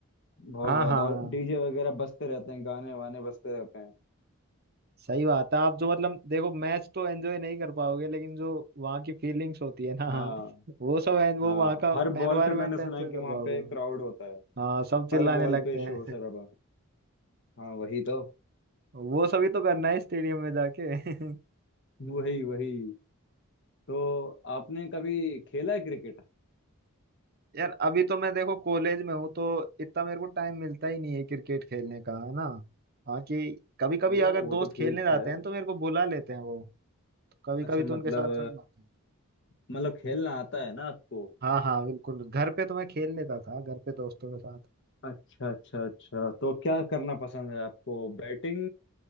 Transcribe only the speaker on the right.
हाँ
हाँ
सही बात है आप जो मतलब देखो मैच तो एंजॉय नहीं कर पाओगे लेकिन जो वहाँ की फीलिंग्स होती है ना
<laughs> वो सब en- वो
वहाँ का
एनवायरनमेंट
एंजॉय
कर
पाओगे
हम
हाँ सब चिल्लाने
लगते
हैं
<laughs> वो सभी तो करना है स्टेडियम में जाके <laughs>
यार अभी तो मैं देखो कॉलेज में हूँ तो इतना मेरे को टाइम मिलता ही नहीं है क्रिकेट खेलने का है ना हाँ कि कभी कभी
अगर
दोस्त
खेलने
जाते
हैं तो मेरे को बुला लेते हैं वो कभी
कभी
तो उनके साथ चल जाते हैं
हाँ हाँ बिल्कुल घर पे तो मैं खेल लेता था घर पे दोस्तों के साथ